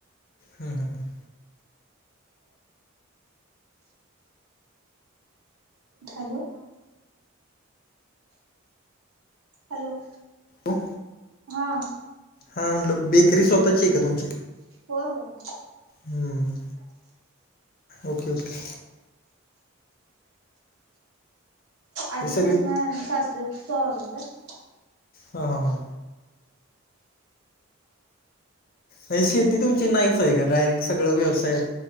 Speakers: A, on the left; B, on the right.
A: हम् हम हम.
B: हॅलो! हॅलो!
A: हो.
B: हा.
A: हा म्हणलं बेकरी स्वतःची आहे का तुमची..
B: हो हो.
A: हम् ओके ओके.
B: आधीपासन
A: हे सगळी
B: सास्रचा आलं होत..
A: हा हा ह. नाही शेती तुमची नाहीच आहे का डायरेक्ट सगळं व्यवसायत.